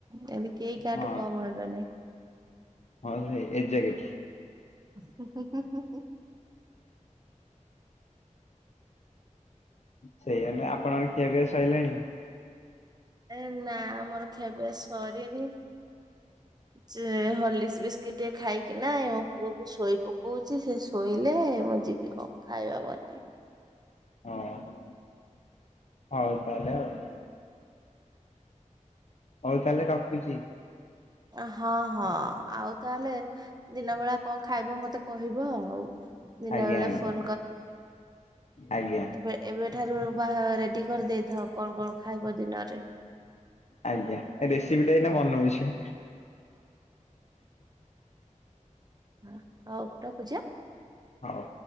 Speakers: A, on the right; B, on the left.
A: ଯେମିତି କେହି କାହାଠୁ
B: ହଁ
A: କମ ହେବନି।
B: ହଁ ସେ ଏଜ୍ୟାକେଟ
A: ହୁଁ ହୁଁ ହୁଁ।
B: ସେଇଆ ନୁହେଁ ଆପଣଙ୍କର ଖିଆପିଆ ସଇଲାଣି?
A: ଏ ନା ଆମର ଖିଆପିଆ ସରିନି। ଯେ ହଲିକିସ୍ ବିସ୍କିଟ ଟେ ଖାଇକି ନା ଏଇ ମୋ ପୁଅକୁ ଶୋଇ ପକଉଛି ସେ ଶୋଇଲେ ମୁଁ ଯିବି କ ଖାଇବା <unintelligible>
B: ହଉ ହଉ ତାହେଲେ ଆଉ। ହୋଉ ତାହେଲେ ରଖୁଛି।
A: ହଁ ହଁ ଆଉ ତାହେଲେ ଦିନ ବେଳା କଁ ଖାଇବ ମତେ କହିବ ଆଉ। ଦିନ
B: ଆଜ୍ଞା
A: ବେଳେ
B: ଆଜ୍ଞା
A: ଫୋନ
B: ଆଜ୍ଞା।
A: ବେ ଏବେ ଠାରୁ ବାହା ରେଡି କରିଦେଇଥାଅ କଣ କଣ ଖାଇବ ଦିନରରେ।
B: ଆଜ୍ଞା ଏ ରେସିପିଟା ଏଇନା
A: ହଁ
B: ବନୋଉଛି।
A: ହୁଁ ହଉ ରଖୁଚି ଆଁ।
B: ହଉ।